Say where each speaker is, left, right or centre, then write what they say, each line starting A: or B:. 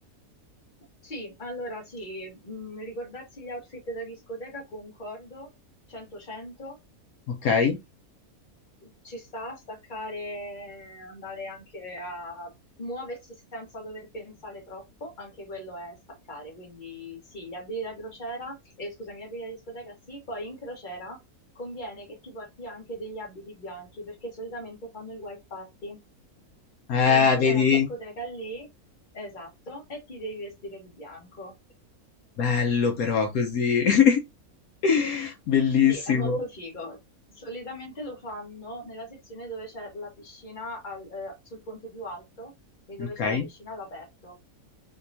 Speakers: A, on the left (about 35°); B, on the left (about 75°).
A: Sì, allora sì, mh, ricordarsi gli outfit da discoteca, concordo, 100-100,
B: Ok?
A: ci sta a staccare, andare anche a muoversi senza dover pensare troppo, anche quello è staccare, quindi sì, gli abiti da crociera, eh, scusami, gli abiti da discoteca sì, poi in crociera conviene che ti porti anche degli abiti bianchi, perché solitamente fanno il white party,
B: Eh,
A: quindi c'è
B: vedi?
A: la discoteca lì. Esatto, e ti devi vestire di bianco.
B: Bello però così. <laughs> Bellissimo.
A: Sì, è molto figo. Solitamente lo fanno nella sezione dove c'è la piscina al- eh, sul ponte più alto e dove
B: Ok,
A: c'è la piscina all'aperto.